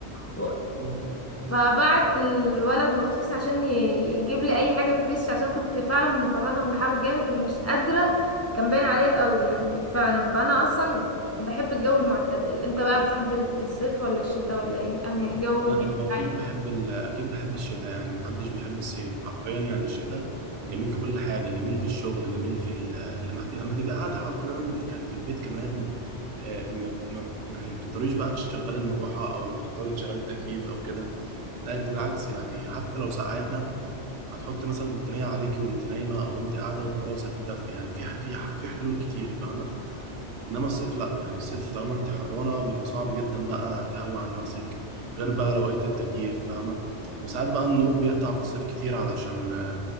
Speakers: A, on the left (about 20°); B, on the right (about 80°).
A: و-
B: مم.
A: فبعت الولد مخصوص عشان ي- يجيب لي اي حاجة فريش عشان كنت فعلا مفرهدة من الحر جامد ومش قادرة كان باين عليا قوي يعني فعلا فانا اصلا بحب الجو المعتدل انت بقى بتحب الصيف ولا الشتاء ولا ايه انا جو
B: لا
A: بيبقى
B: هو اكيد
A: معاك
B: بحب ال... اكيد بحب الشتاء يعني محدش بيحب الصيف حرفيا يعني الشتاء جميل في كل حاجه جميل في الشغل جميل في ال... لما ت- لما تبقى قاعد حرفيا يعني في البيت كمان آه، ما ما يعني ما بتضطريش بقى تشغلي المروحه او تضطري تشغلي التكييف او كده لا انت بالعكس يعني حتى لو سقعانه هتحط مثلا البطانيه عليكي وانت نايمه او انت قاعده وخلاص هتتدفي يعني في ح- في ح- في حلول كتير فاهمه انما الصيف لا يعني الصيف طالما انت حرانه بيبقى صعب جدا بقى تهوي عن نفسك غير بقى لو لقيت التكييف فاهمه وساعات بقى النور بيقطع في الصيف كتير علشان